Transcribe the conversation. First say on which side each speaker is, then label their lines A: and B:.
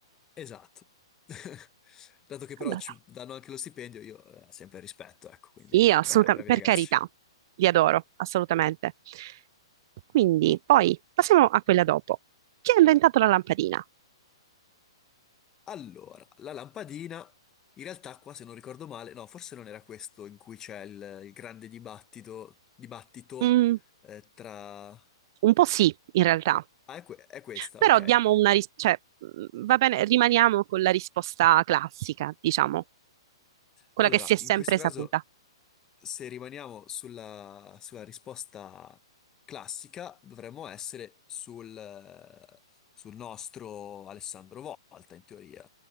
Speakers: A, on the left; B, on the right.
A: Esatto. <laughs> Dato che però
B: Allora,
A: ci danno anche lo stipendio, io eh, sempre rispetto, ecco, quindi
B: io assolutamente,
A: bravi, bravi ragazzi.
B: per carità, li adoro, assolutamente. Quindi, poi passiamo a quella dopo. Chi ha inventato la lampadina?
A: Allora, la lampadina, in realtà qua se non ricordo male, no, forse non era questo in cui c'è il, il grande dibattito, dibattito
B: Mm,
A: eh, tra...
B: un po' sì, in realtà,
A: Ah, è, que- è questa,
B: però
A: ok.
B: diamo una ris- cioè, mm, va bene, rimaniamo con la risposta classica, diciamo, quella
A: Allora,
B: che si è sempre
A: in questo caso,
B: saputa.
A: se rimaniamo sulla, sulla risposta classica, dovremmo essere sul, eh, sul nostro Alessandro Volta, in teoria.